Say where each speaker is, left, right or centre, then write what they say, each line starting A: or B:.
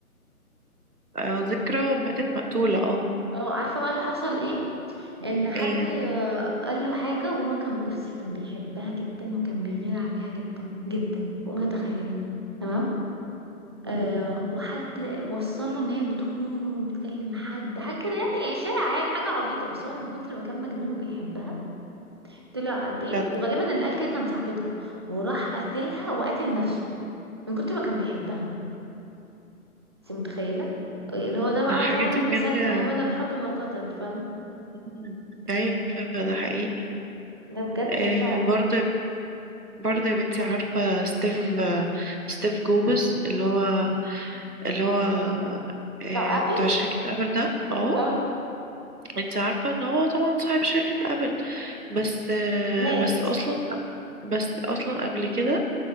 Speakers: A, on the right; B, on the right.
A: آه، ذكرى ماتت مقتولة اه
B: اه عارفه بقى اللي حصل ايه ان حد
A: ايه
B: قال له حاجه وهو كان بصي كان بيحبها جدا وكان بيغير عليها جدا جدا فوق ما تتخيلي تمام آه
A: مم.
B: وحد وصل له ان هي بتخونه وبتكلم حد حاجه كده يعني اشاعه يعني حاجه عبيطه بس هو من كتر ما كان مجنون وبيحبها طلع على البيت
A: صدق
B: وغالبا اللي قال كده كان صاحبتها وراح قتلها وقتل نفسه من كتر ما كان بيحبها انت متخيله اللي هو ده بقى
A: الحاجات
B: فعلا
A: دي
B: مثال
A: بجد
B: ومن الحب ما قتل فاهمه
A: مم. ايوه ده حقيقي
B: ده بجد
A: آه
B: صعب
A: برضه برضه يا بنتي عارفة ستيف آه، ستيف جوبز اللي هو اللي هو آه
B: بتاع ابل
A: بتاع شركة ابل ده اه
B: اه
A: انت عارفة ان هو طبعا صاحب شركة ابل بس آه
B: مات
A: بس اصلا بس اصلا قبل كده